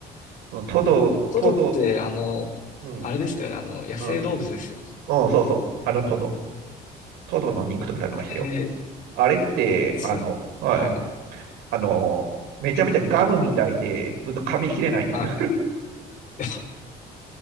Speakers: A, on the right; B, on the left.
A: ん、トド、
B: トドってあの、
A: トド、うん、
B: あれですよね、あの、野生動物ですよ
A: うん、うん、そうそう、あのトド、トドの肉とか食べましたよ。
B: ね。
A: あれって、
B: えーそれ、
A: あの、はい、
B: はい、
A: あの、めちゃめちゃガムみたいで、ずっと噛み切れないんですよ。
B: はい。<laughs>